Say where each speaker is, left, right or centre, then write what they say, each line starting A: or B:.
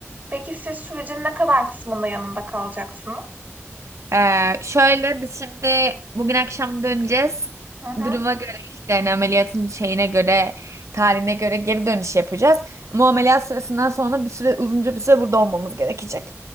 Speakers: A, on the right; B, on the right.
A: Peki siz sürecin ne kadar kısmında yanında kalacaksınız?
B: Ee, şöyle biz şimdi bugün akşam döneceğiz.
A: Hı hı.
B: Duruma göre işte yani ameliyatın şeyine göre, tarihine göre geri dönüş yapacağız. Ama ameliyat sırasından sonra bir süre uzunca bir süre burada olmamız gerekecek.